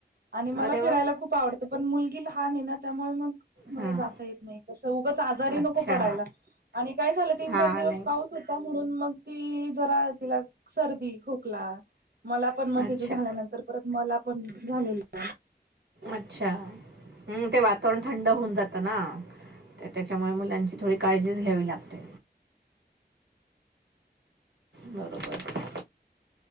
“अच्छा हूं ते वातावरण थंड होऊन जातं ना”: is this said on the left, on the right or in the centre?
Right